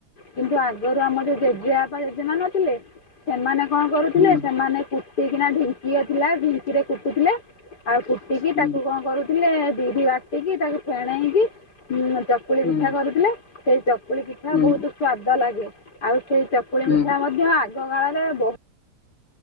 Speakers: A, on the left; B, on the left.
A: କିନ୍ତୁ ଆଗରୁ ଆମର ଯୋଉ ଜେଜେଆ ବା ଜେଜେ ମ ନଥିଲେ। ସେମାନେ କଣ କରୁଥିଲେ?
B: ହୁଁ
A: ସେମାନେ କୁଟିକିନା ଢିଙ୍କି ଥିଲା ଢିଙ୍କି ରେ କୁଟୁଥିଲେ। ଆଉ କୁଟିକି
B: ହୁଁ
A: ତା। କୁ କଣ କରୁଥିଲେ? ବିରି ବାଟିକି ତାକୁ ଫେଣେଇକି ଚକୁଳି
B: ହୁଁ
A: ପିଠା କରୁଥୁଲେ ସେଇ ଚକୁଳି ପିଠା
B: ହୁଁ
A: ବୋହୁତୁ ସ୍ଵାଦ ଲାଗେ ଆଉ ସେଇ ଚ ଚକୁଳି
B: ହୁଁ
A: ପିଠା ମଧ୍ୟ ଆଗ କାଳରେ ବହୁ